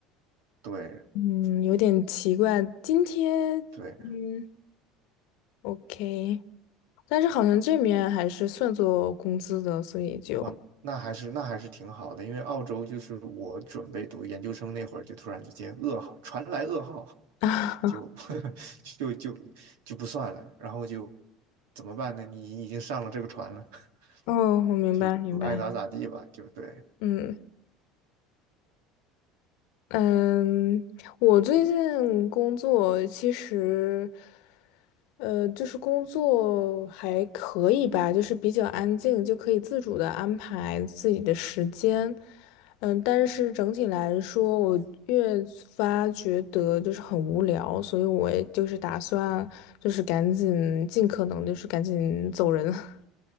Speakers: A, on the right; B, on the left.
A: 对
B: 嗯，有点奇怪。今天，
A: 对，
B: 嗯，OK，但是好像这面还是算作工资的，所以就，
A: 哇，那还是那还是挺好的，因为澳洲就是我准备读研究生那会儿，就突然之间噩耗传来噩耗，
B: <laughs> 啊，
A: 就 <laughs> 就就就不算了，然后就怎么办呢？你已经上了这个船了，
B: 哦，
A: <laughs>
B: 我明白，
A: 就就爱咋咋地吧，
B: 明白，
A: 就对。
B: 嗯嗯，我最近工作其实。呃，就是工作还可以吧，就是比较安静，就可以自主的安排自己的时间。嗯，但是整体来说，我越发觉得就是很无聊，所以我也就是打算就是赶紧尽可能就是赶紧走人。<laughs>